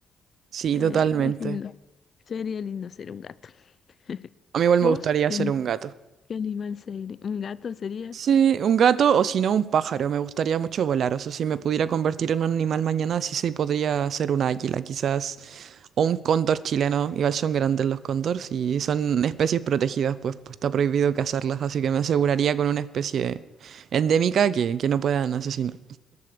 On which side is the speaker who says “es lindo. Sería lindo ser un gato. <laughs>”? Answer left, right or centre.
Left